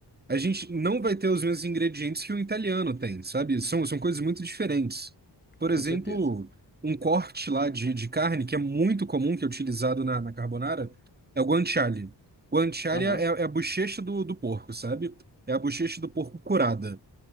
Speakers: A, on the right (about 25°); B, on the left (about 25°).
A: a gente não vai ter os mesmos ingredientes que o italiano tem, sabe? São, são coisas muito diferentes. Por
B: com
A: exemplo,
B: certeza.
A: um corte lá de, de carne que é muito comum, que é utilizado na, na carbonara, é o guanciale. Guanciale
B: aham,
A: é, é a bochecha do, do porco, sabe? É a bochecha do porco curada.